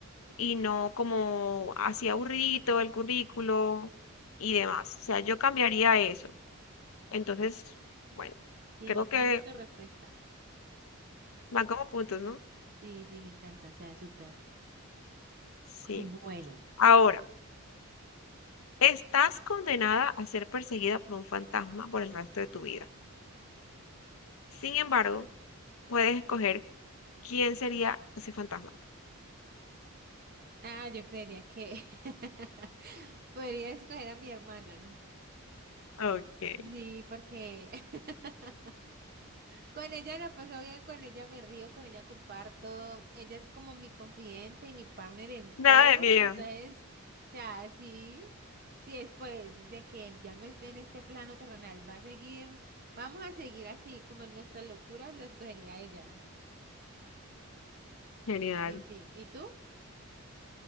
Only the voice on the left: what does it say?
y no como así aburridito el currículo y demás. O sea, yo cambiaría eso. Entonces, bueno,
creo
que
van como puntos, ¿no?
Sí.
Ahora, estás condenada a ser perseguida por un fantasma por el resto de tu vida. Sin embargo, puedes escoger quién sería ese fantasma.
Ok.
Nada de miedo.
Genial.